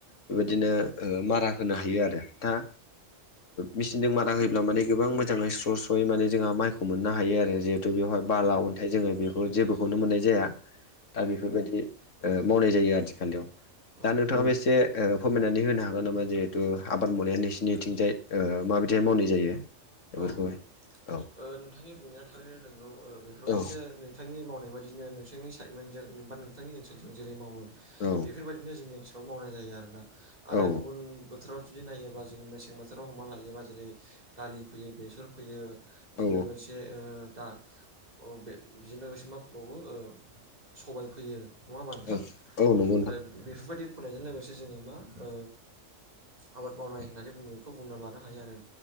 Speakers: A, on the left; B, on the right.
A: बेबायदिनो मारा होनो हायो आरो दा मेचिनजों मारा होयो। अब्ला माने गोबां मोजाङै स्र' स्र'यै माने जोंहा माइखौ मोननो हायो आरो जिहेथु बेवहाय बाला अन बेाय जोंङो बेखौ जेबोखौनो मोननाय जाया दा बेफोरबायदि मावनाय जायो आथिखालाव।
B: औ
A: दा नोंथांङाबो एसे फोरमायनानै होनो हागोन नामा जिहेथु आबाद मावनाया नोंसिनिथिंजाय। माबायदिहाय मावनाय जायो बेफोरखौहाय।
B: औ औ
A: औ
B: नोंथांनि बुंनाया थारैनो नोंगौ बेफोरबायदिनो
A: औ
B: नोंथांनिनाय बाददिनो नोंथांनि साइमेन्जों बा नोंथनि ओनसोलजों जेरै मावो
A: औ
B: बेफोरबायदि बेनो जोंनि ओनसोलाव मावनाय जायो आरोना आरो
A: औ
B: गुबुन बोथोराव। जुदि नायोबा जोंङो मेसें बोथोराव हमना लायोबा जेरै दालि फोयो, बेसर फोयो <unintelligible>
A: औ
B: लोगोसे ज दा बेजों लोगोसे माबावबो सबाय फैयो। नंङा बान्था
A: औ औ नंगौ नोंथां
B: आरो बेफोरबायदि फरायनायजों लोगोसे जोंङो मा ओ आबाद मावनाय होननानै बुंङो बेखौ बुंना लानो हायो आरो।